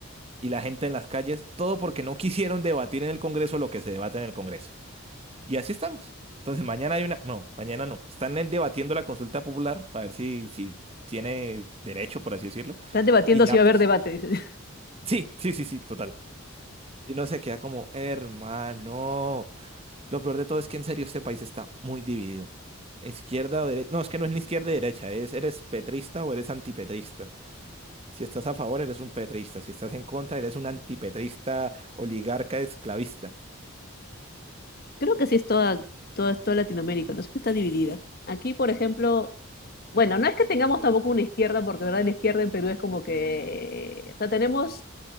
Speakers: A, on the right; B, on the left.
A: y la gente en las calles, todo porque no quisieron debatir en el Congreso lo que se debate en el Congreso. Y así estamos. Entonces mañana hay una... No, mañana no. Están eh, debatiendo la consulta popular para ver si, si tiene derecho, por así decirlo.
B: Están debatiendo
A: Y ya,
B: si va
A: pues...
B: a haber debate, dice.
A: Sí, sí, sí, sí, total. Y no se queda como, hermano. Lo peor de todo es que en serio este país está muy dividido. Izquierda o derecha. No, es que no es ni izquierda y derecha. Es, eres petrista o eres antipetrista. Si estás a favor, eres un petrista. Si estás en contra, eres un antipetrista, oligarca, esclavista.
B: Creo que sí es toda, toda, toda Latinoamérica, ¿no? Siempre está dividida. Aquí, por ejemplo, bueno, no es que tengamos tampoco una izquierda, porque de verdad la izquierda en Perú es como que, o sea, tenemos